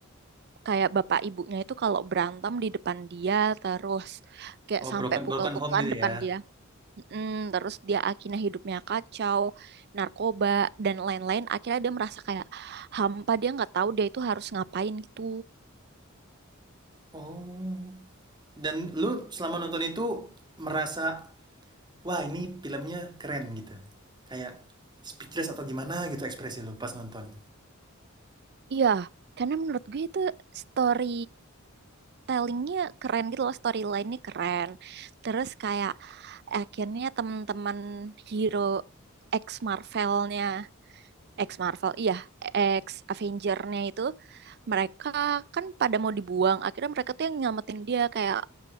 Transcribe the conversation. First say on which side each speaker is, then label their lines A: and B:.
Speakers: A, on the right (about 50°); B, on the right (about 20°).
A: Kayak bapak ibunya itu kalau berantem di depan dia terus. Kayak
B: Oh,
A: sampai
B: broken
A: pukul-pukulan
B: broken home gitu
A: depan
B: ya?
A: dia. Mm, terus dia akhirnya hidupnya kacau, narkoba, dan lain-lain. Akhirnya dia merasa kayak hampa, dia nggak tahu dia itu harus ngapain gitu.
B: Oh, dan lu selama nonton itu merasa, "Wah, ini filmnya keren," gitu? Kayak speechless atau gimana gitu ekspresi lu pas nonton?
A: Iya, karena menurut gue itu story tellingnya keren gitu loh storyline-nya keren terus kayak akhirnya teman-teman hero ex Marvelnya ex Marvel iya ex Avengernya itu mereka kan pada mau dibuang akhirnya mereka tuh yang nyelamatin dia kayak